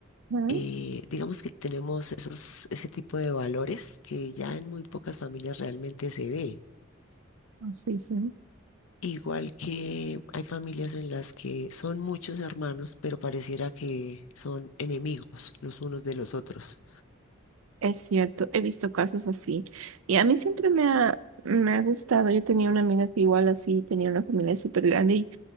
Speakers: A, on the right; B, on the left.
A: Ujú,
B: eh, digamos que tenemos esos, ese tipo de valores que ya en muy pocas familias realmente se ve.
A: Así, sí.
B: Igual que hay familias en las que son muchos hermanos, pero pareciera que son enemigos los unos de los otros.
A: Es cierto, he visto casos así. Y a mí siempre me ha, me ha gustado. Yo tenía una amiga que igual así tenía una familia súper grande y